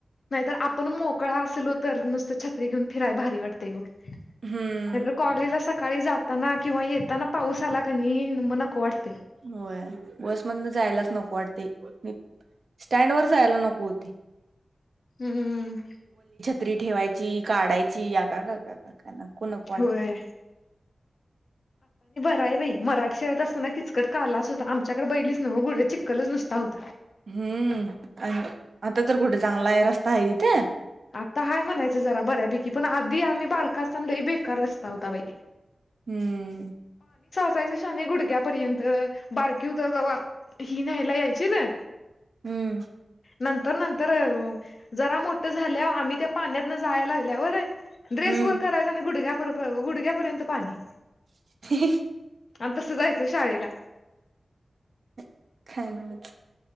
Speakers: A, on the left; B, on the right.
A: नाहीतर आपण मोकळा असलो तर नुसतं छत्री घेऊन फिराय भारी वाटते बघ. नय
B: हम्म
A: तर कॉलेज ला चल सकाळी जाताना किंवा येताना पाऊस आला क नाही मग नको वाटतय.
B: होय बया बसमधन जायालाच नको वाटतेय. स्टँड वर जायला नकोती.
A: हम्म.
B: ्री ठेवायची काढायची. कागा कागा का ना नको नको वाटती.
A: होय राय बाई मराठी शाळेत असताना किचकट का आलाच होता आमच्याकडे बैलीच न्ह गुड्या चिककलच नसता होता.
B: हम्म आणि आता तर कुठे चांगला आहे रस्ता आहे तिथे.
A: आता हय म्हणायचं जरा बऱ्यापैकी पण आधी आम्ही बारका असताना लयी बेकार होता बाई.
B: हम्म.
A: जायच शाने गुडक्यापर्यंत बारकी उ तर जव ही न्यायला यायची ना.
B: हम्म
A: नंतर नंतर जरा मोठ झाल्या आम्ही त्या पाण्यातन जाय लागल्या वर ड्रेस
B: हम्म
A: वर करायचा आणि गुडघ्याप गुडघ्यापर्यंत पाणी.
B: रिकामा ऑडिओ
A: आणि तसं जायचं शाळेला.
B: <unintelligible>